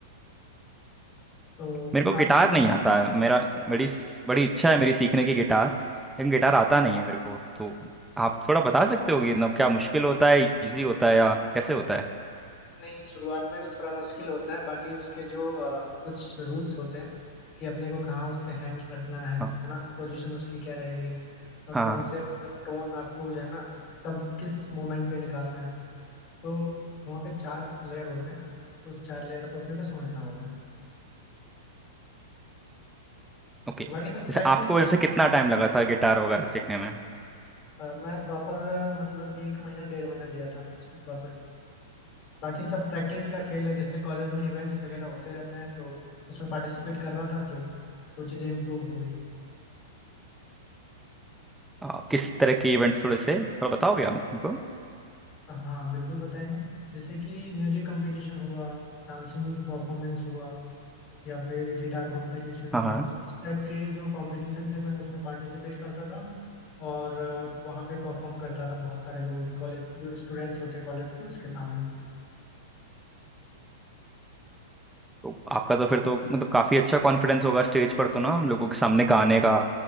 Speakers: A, on the left; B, in the centre.
A: तो
B: मेरे को गिटार
A: आपको
B: नहीं आता है मेरा बड़ी बड़ी इच्छा है मेरी सीखने की गिटार लेकिन गिटार आता नहीं है मेरे को तो आप थोड़ा बता सकते हो कि मतलब क्या मुश्किल होता है इजी होता है या कैसे होता है
A: नहीं शुरुआत में तो थोड़ा मुश्किल होता है बाकी उसके जो अ, कुछ रूल्स होते हैं कि अपने को कहाँ उसके हैंड रखना है
B: हाँ
A: है ना पोजीशन उसकी क्या रहेगी और
B: हाँ
A: कौन से मतलब टोन आपको जो है ना कब किस मोमेंट पे निकालना है तो वहाँ पे चार लेयर होते हैं तो उस चार लेयर को अपने को समझना होता है
B: ओके
A: तो बाकी सब
B: जैसे
A: प्रैक्टिस
B: आपको वैसे
A: का
B: कितना
A: खेल
B: टाइम लगा था गिटार वगैरह सीखने में
A: अ, मैं प्रॉपर मतलब एक महीना डेढ़ महीना दिया था प्रॉपर बाकी सब प्रैक्टिस का खेल है जैसे कॉलेज में इवेंट्स वगैरह होते रहते हैं तो उसमें पार्टिसिपेट कर रहा था तो वो चीज़ें इम्प्रूव हो गई
B: अ, किस तरह के इवेंट्स थोड़े से थोड़ा बताओगे आप हमको
A: हाँ बिल्कुल बताएंगे जैसे कि म्यूजिक कंपटीशन हुआ डांसिंग परफॉर्मेंस हुआ या फिर गिटार कंपटीशन
B: हाँ
A: हुआ
B: हाँ.
A: तो इस टाइप के जो कंपटीशन थे मैं उसमें पार्टिसिपेट करता था और अ, वहाँ पे परफॉर्म करता था बहुत सारे लोग कॉलेज जो स्टूडेंट्स होते कॉलेज के उसके सामने
B: तो आपका तो फिर तो मतलब काफी अच्छा कॉन्फिडेंस होगा स्टेज पर तो ना लोगों के सामने गाने का